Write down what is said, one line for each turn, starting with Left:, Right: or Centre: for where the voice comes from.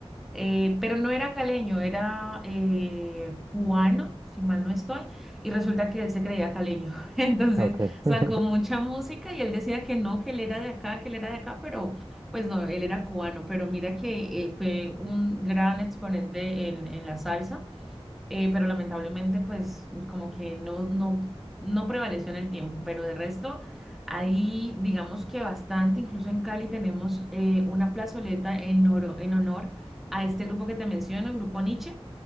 Centre: eh, pero no era caleño, era eh, cubano, si mal no estoy, y resulta que él se creía caleño. <laughs> Entonces
Right: ¿no? Ok,
Centre: sacó
Right: <laughs>
Centre: mucha música y él decía que no, que él era de acá, que él era de acá, pero pues no, él era cubano. Pero mira que eh, fue un gran exponente en, en la salsa eh, pero lamentablemente pues como que no, no, no prevaleció en el tiempo, pero de resto ahí digamos que bastante, incluso en Cali tenemos eh, una plazoleta en, oro- en honor a este grupo que te menciono, el grupo Nietzsche.